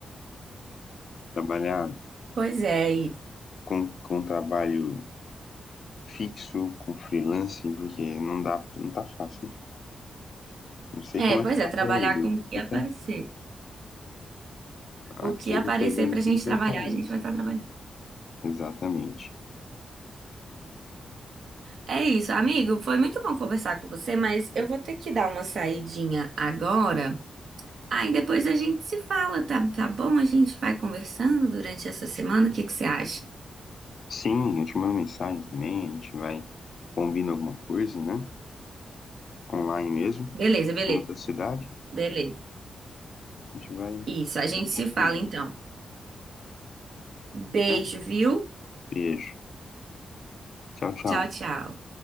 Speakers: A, on the left; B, on the right.
A: Trabalhar
B: Pois é, e...
A: com, com um trabalho fixo, com freelance, porque não dá, não tá fácil. né? Não sei
B: é,
A: como
B: pois
A: é que tá
B: é, trabalhar
A: por aí, mas
B: com o
A: aqui
B: que aparecer.
A: tá. Aqui
B: O que
A: eu
B: aparecer
A: tô pegando
B: pra
A: tudo
B: gente
A: que
B: trabalhar,
A: aparece.
B: a gente vai estar trabalhando.
A: Exatamente.
B: É isso, amigo, foi muito bom conversar com você, mas eu vou ter que dar uma saidinha agora. Aí depois a gente se fala, tá, tá bom? A gente vai conversando durante essa semana, o que que você acha?
A: Sim, eu te mando mensagem também, a gente vai combina alguma coisa, né? Online mesmo,
B: Beleza, beleza,
A: em outra cidade.
B: beleza.
A: A gente vai
B: Isso, a gente
A: compartilhando.
B: se fala então. Beijo,
A: Tranquilo.
B: viu?
A: Beijo. Tchau, tchau.
B: Tchau, tchau.